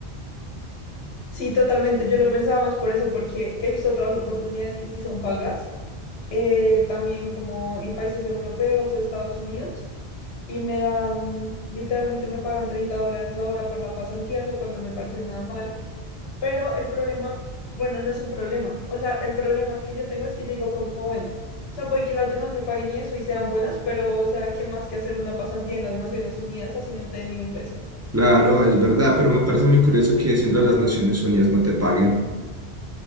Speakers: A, on the left; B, on the right.
A: Sí, totalmente. Yo lo pensaba más por eso, porque he visto otras oportunidades que sí son pagas, eh, también como en países europeos o Estados Unidos, y me dan, literalmente me pagan 30 dólares la hora por la pasantía, lo cual no me parece nada mal. Pero el problema, bueno, no es un problema. O sea, el problema que yo tengo es que yo digo como, bueno, o sea, puede que las demás me paguen y eso y sean buenas, pero, o sea, ¿qué más que hacer una pasantía en las Naciones Unidas así no te den ni un peso?
B: Claro, es verdad, pero me parece muy curioso que siendo las Naciones Unidas no te paguen.